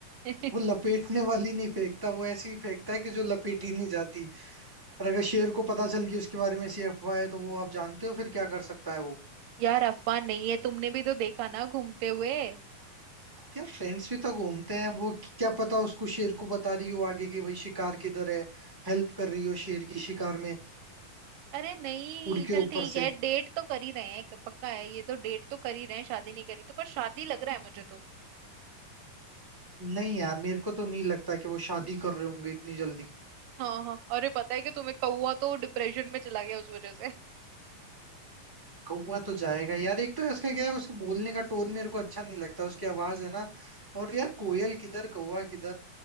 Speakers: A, on the right (about 75°); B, on the right (about 30°).
A: <laughs>
B: वो लपेटने वाली नहीं फेंकता वो ऐसी ही फेंकता है कि जो लपेटी नहीं जाती और अगर शेर को पता चल गई उसके बारे में ऐसी अफवाह है तो वो आप जानते हो फिर क्या कर सकता है वो
A: यार अफवाह नहीं है तुमने भी तो देखा ना घूमते हुए
B: अब यार फ्रेंड्स भी तो घूमते हैं वो क्या पता उसको शेर को बता रही हो आगे कि भाई शिकार किधर है हेल्प कर रही हो शेर की शिकार में
A: अरे नहीं
B: उड़ के
A: चल
B: ऊपर
A: ठीक
B: से
A: है डेट तो कर ही रहे हैं क- पक्का है ये तो डेट तो कर ही रहे हैं शादी नहीं करी तो पर शादी लग रहा है मुझे तो
B: नहीं यार मेरे को तो नहीं लगता कि वो शादी कर रहे होंगे इतनी जल्दी
A: हाँ हाँ अरे पता है कि तुम्हें कौवा तो डिप्रेशन में चला गया उस वजह से
B: कौवा तो जाएगा यार एक तो उसका क्या है उसके बोलने का टोन मेरे को अच्छा नहीं लगता उसकी आवाज है ना और यार कोयल किधर कौवा किधर